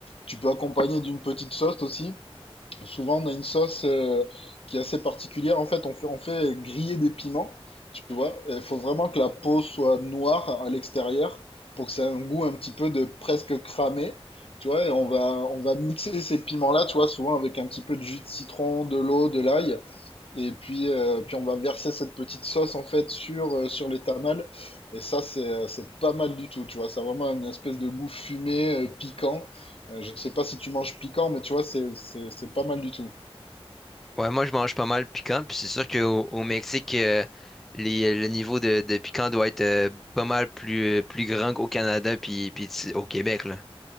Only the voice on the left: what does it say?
Tu peux accompagner d'une petite sauce aussi. Souvent, on a une sauce euh, qui est assez particulière. En fait, on fait, on fait griller des piments, tu vois. Il faut vraiment que la peau soit noire à l'extérieur pour que ça ait un goût un petit peu de presque cramé, tu vois. Et on va, on va mixer ces piments-là, tu vois, souvent avec un petit peu de jus de citron, de l'eau, de l'ail. Et puis, euh, puis on va verser cette petite sauce en fait sur, euh, sur les tamales. Et ça, c'est, euh, c'est pas mal du tout, tu vois. Ça a vraiment une espèce de goût fumé, euh, piquant. Euh, je sais pas si tu manges piquant, mais tu vois, c'est, c'est, c'est pas mal du tout.